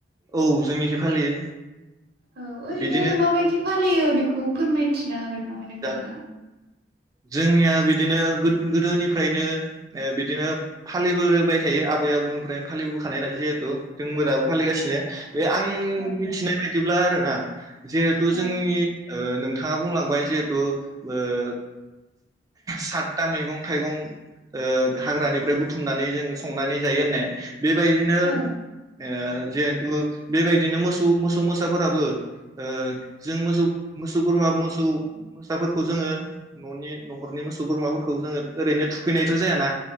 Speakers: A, on the right (about 20°); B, on the right (about 55°).
A: औ जोंनिखि फालियो
B: औ ओरैनो
A: बिदिनो
B: माबायदि फालियो बेखौ फोरमायथिनो हागोन नामा नोंथाङा
A: जा जोंनिया बिदिनो गोदोनिफ्रायनो बिदिनो फालिबोबाय थायो आबै आबौनिफ्रायनो फालिबोखानाय जिहेथु जोंबो दाबो फालिगासिनो बे आं
B: औ
A: मिथिनाय बायदि बिदिब्ला आरो ना जिहेथु
B: औ
A: जोंनि ओ नोंथाङा बुंलांबाय जे थु ओ सातथा मैगं थाइगं ओ हाग्रानिफ्राय बुथुमनानै जों संनानै जायो होनाय बेबायदिनो
B: औ
A: ओ जिहेथु बेबायदिनो मोसौ मोसौ मोस साफोराबो ओ जों मोसौ मोसौ बोरमा मोसौ मोसाफोरखौ जोङो न'नि न'खरनि मोसौ बोरमाफोरखौ जोङो ओरैनो थुखैनायथ' जायाना